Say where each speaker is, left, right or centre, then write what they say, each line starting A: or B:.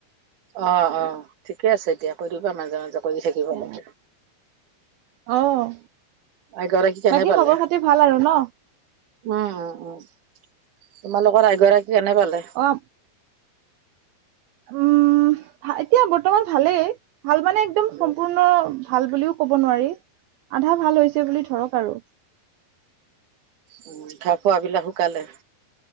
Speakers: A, on the right; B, on the right.
A: অ', অ', ঠিকে আছে দিয়া কৰিবা মাজে মাজে কৰি থাকিব
B: এ,
A: লাগে।
B: অ',
A: আইগৰাকী কেনে
B: বাকী
A: পালে
B: খবৰ খাতি ভাল আৰু ন'?
A: উম, উম, উম, তোমালোকৰ এগৰাকী কেনে পালে?
B: <inaudible> উম, এতিয়া বৰ্তমান ভালেই ভাল মানে একদম সম্পূৰ্ণ
A: অ
B: ভাল বুলিও কব নোৱাৰ, আধা ভাল হৈছে বুলি ধৰক আৰু।
A: উম, ঘাহ ফোৱা বিলাক শুকালে?